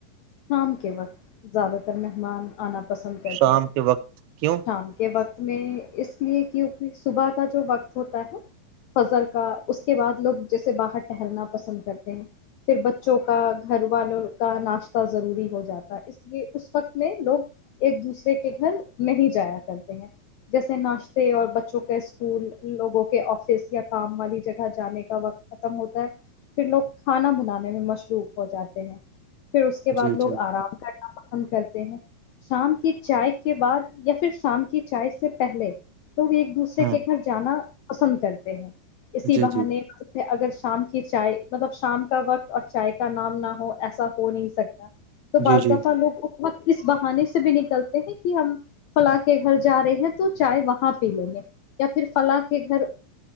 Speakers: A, on the left; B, on the right.
A: شام کے وقت زیادہ تر مہمان آنا پسند کرتے
B: شام کے وقت کیوں
A: شام کے وقت میں اس لیے کیونکہ صبح کا جو وقت ہوتا ہے فضر کا اس کے بعد لوگ جیسے باہر ٹہلنا پسند کرتے ہیں پھر بچوں کا گھر والوں کا ناشت ضروری ہو جاتا اس لیے اس وقت میں لوگ ایک دوسرے کے گھر نہیں جایا کرتے ہیں جیسے ناشتے اور بچوں کے اسکول لوگوں کے آفس یا کام والی جگہ جانے کا وقت ختم ہوتا ہے پھر لوگ کھانا بنانے میں مصروف ہو جاتے ہیں پھر اس کے بعد
B: جی
A: لوگ
B: جی
A: آرام کرنا پسند کرتے ہیں شام کی چائے کے بعد یا پھر شام کی چائے سے پہلے تووگ ایک دوسرے
B: ہاں
A: کے گھر جانا پسند کرتے ہیں اسی
B: جی
A: بہانے
B: جی
A: اگر شام کی چائے مطلب شام کا وقت اور چائے کا نام نہ ہو ایسا ہو ہو نہیں سکتا تو
B: جی
A: بعض
B: جی
A: دفعہ لوگ اس بہانے سے بھی نکلتے ہیں کہ ہم فلاں کے گھر جا رہے ہیں تو چائے وہاں پی لیں گے یا پھر فلاں کے گھر